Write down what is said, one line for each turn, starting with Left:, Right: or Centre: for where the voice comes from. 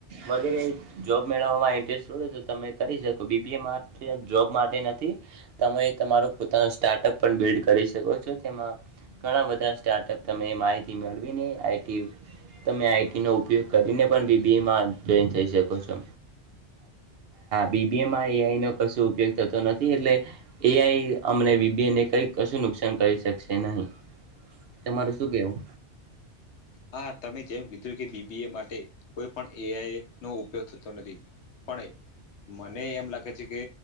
Right: વગેરે જોબ મેળવવામાં ઇન્ટરેસ્ટ હોય તો તમે કરી શકો બીબીએમાં જોબ માટે નથી તમે તમાર પોતા સ્ટાર્ટઅ પણ બીડ કરી શકો છો તેમાં ઘણા બધા સ્ટાર્ટ અપ માહિતી મેળવી આઈટી ન ઉપયોગ કરીને પણ બીબીએ મા જોઈન થઈ શકો છો બીબીએ માં એ આઈ કશું ઉપયોગ થતો નથી એટલે એઆઈ અમને બીબીને કઈ કશું નુકસાન કરી શકશે નહીં. તમારું શું કહેવું
Left: હા તમે જેમ કીધું કે બીબીએ માટે કોઈ પણ એઆઈ નો ઉપયોગ થતો નથી પણ મને એમ લાગે છે કે